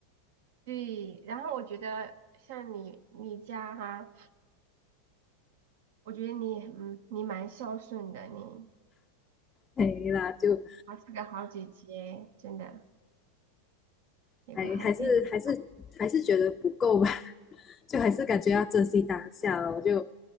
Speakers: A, on the right (about 70°); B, on the left (about 20°).
A: 对，然后我觉得像你你家哈，我觉得你嗯你蛮孝顺的，你
B: 没了就
A: 还是个好姐姐，真的有个好弟弟，
B: 还还是还是还是觉得不够吧，就还是感觉要珍惜当下了。我就